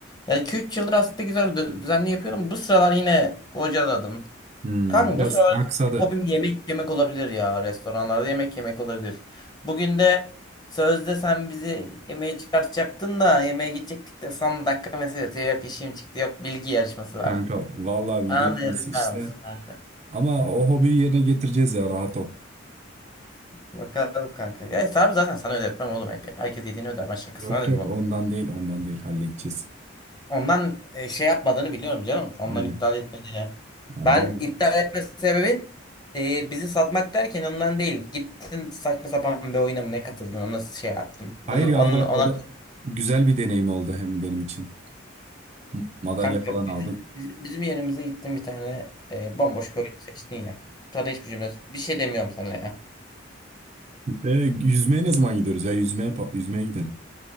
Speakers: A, on the left; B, on the right.
A: Yani 2-3 yıldır aslında güzel dü- düzenli yapıyordum. Bu sıralar yine bocaladım.
B: hmm,
A: Kanka
B: biraz
A: bu sıralar
B: aksadı
A: hobim yemek yemek olabilir ya. Restoranlarda yemek yemek olabilir. Bugün de sözde sen bizi yemeğe çıkartacaktın da yemeğe gidecektik de son dakika mesaj atıyor. Yok işim çıktı yok bilgi yarışması var.
B: kanka. Vallahi bilgi
A: Sana
B: yarışması
A: da yazıklar
B: işte
A: olsun kanka.
B: Ama o hobiyi yerine getireceğiz ya rahat ol.
A: Bakalım kanka. Ya hesabı zaten sana ödetmem oğlum. Herkes yediğini öder. Ben şakasına
B: Yok
A: dedim
B: Yok
A: onu.
B: ondan değil ondan değil halledeceğiz.
A: Ondan e, şey yapmadığını biliyorum canım. Ondan
B: Öyle.
A: iptal etmediğini.
B: Ha,
A: Ben
B: vallahi.
A: iptal etme sebebin e, bizi satmak derken ondan değil. Gittin saçma sapan bir oyuna mı ne katıldın ona şey yaptım. Onu,
B: Hayır ya
A: onun,
B: o da
A: ona
B: o da güzel bir deneyim oldu hem benim için. M- Madalya
A: kanka
B: falan
A: bizim,
B: aldım.
A: biz- bizim yerimize gittin bir tane e, bomboş bir oyun seçtin ya. Sana hiçbir cümle bir şey demiyorum sana ya.
B: E, yüzmeye ne zaman gidiyoruz ya? Yüzmeye pa- yüzmeye gidelim.